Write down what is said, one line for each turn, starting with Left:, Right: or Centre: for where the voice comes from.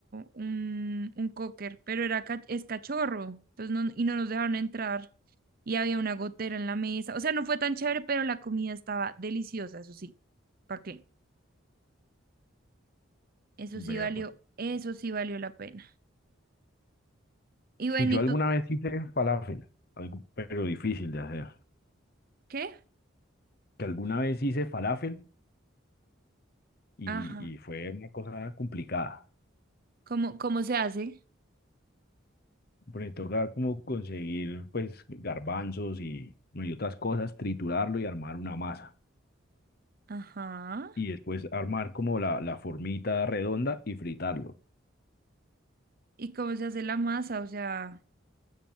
Right: un, un cocker, pero era ca- es cachorro entonces no, y no nos dejaron entrar y había una gotera en la mesa. O sea, no fue tan chévere, pero la comida estaba deliciosa, eso sí. ¿Para qué? Eso
Left: Vea,
Right: sí valió,
Left: pues.
Right: eso sí valió la pena. Y bueno,
Left: Si yo
Right: ¿y
Left: alguna
Right: tú
Left: vez hice falafel, algo, pero difícil de hacer.
Right: qué?
Left: Que alguna vez hice falafel y,
Right: Ajá.
Left: y fue una cosa complicada.
Right: ¿Cómo, cómo se hace?
Left: Porque toca como conseguir pues garbanzos y, no, y otras cosas, triturarlo y armar una masa.
Right: Ajá.
Left: Y después armar como la, la formita redonda y fritarlo.
Right: ¿Y cómo se hace la masa? O sea,